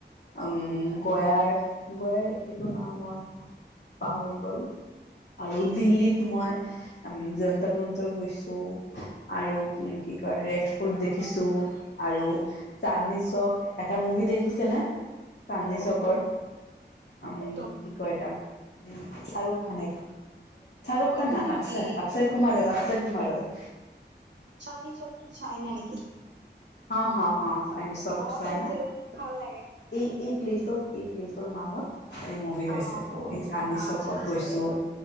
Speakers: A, on the left; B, on the right.
A: উম গয়াৰ-গয়াৰ এইটো নাম মই পাহৰি গল, আৰু দিল্লীত মই, যন্তৰ-মন্তৰ গৈছোঁ। আৰু কি কি কয় ৰেড ফুট দেখিছোঁ, আৰু চান্নিচক এটা <unintelligible> মুভি দেখিছে নে? চান্ডনীচকৰ,
B: কোনটো
A: উম,
B: কোনটো
A: কি কয় তাক, উম চালোঁ। খানে, শ্বাহৰুখখান
B: এইটো
A: না
B: নেকি
A: অক্ষয়-অক্ষয় কুমাৰৰ অক্ষয় কুমাৰৰ।
B: চান্দনি চক টু চাইনা নেকি?
A: অ', হ, অ, চান্দনি চক
B: অ
A: টু চাইনা,
B: চাইছিলো ভাল লাগে
A: এই এই প্লেছত এই প্লেচৰ নামত এই মুভি হৈছে
B: অ
A: ত' এই চান্দনি
B: অ
A: চকত
B: আচ্ছা আচ্ছা
A: গৈছোঁ,